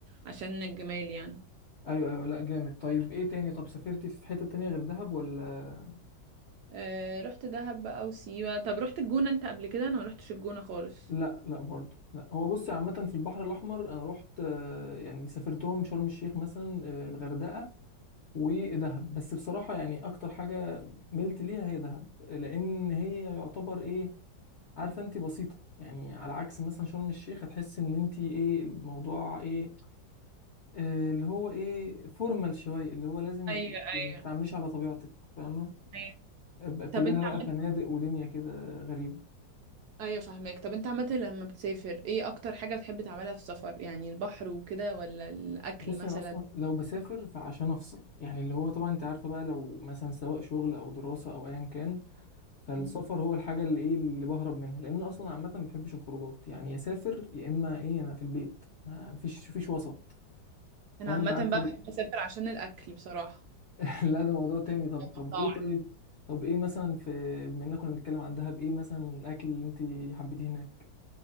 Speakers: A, on the right (about 70°); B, on the left (about 60°).
A: عشان الجمال يعني
B: أيوه أيوه لأ جامد طيب إيه تاني طب سافرتي في حتة تانية غير دهب ولا
A: أه رحت دهب بقى وسيوة طب رحت الجونة انت قبل كده أنا ما رحتش الجونة خالص
B: لأ لأ برضه لأ هو بصي عامة في البحر الأحمر أنا روحت آه، يعني اللي سافرتهم شرم الشيخ مثلا آه، الغردقة ودهب بس بصراحة يعني أكتر حاجة ملت ليها هي دهب لأن هي يعتبر إيه عارفة أنت بسيطة يعني على عكس مثلا شرم الشيخ هتحس إن أنت إيه الموضوع إيه آه، اللي هو ايه فورمال شويه اللي هو لازم
A: ايوه
B: ت-
A: ايوه
B: ما تعمليش على طبيعتك فاهمه
A: ايوه
B: أبقى كلها
A: طب انت
B: بقى
A: عملت
B: فنادق ودنيا كده غريبه
A: ايوه فاهمك طب انت عملت لما بتسافر ايه اكتر حاجة بتحب تعملها في السفر يعني البحر وكده ولا الاكل
B: بصي
A: مثلا
B: انا اصلا لو بسافر فعشان افصل يعني اللي هو طبعا انت عارفه بقى لو مثلا سواء شغل او دراسه او ايا كان فالسفر
A: مم.
B: هو الحاجه اللي ايه اللي بهرب منها لان اصلا عامه ما بحبش الخروجات يعني يا سافر يا اما ايه انا في البيت ما فيش فيش وسط
A: انا
B: فاهمه
A: عامة
B: عارفه
A: بقى بحب اسافر عشان الاكل بصراحة
B: <laughs> لا ده موضوع تاني طب
A: المطاعم
B: طب ايه طيب طب ايه مثلا في بما اننا كنا بنتكلم عن دهب ايه مثلا الاكل اللي انت حبيتيه هناك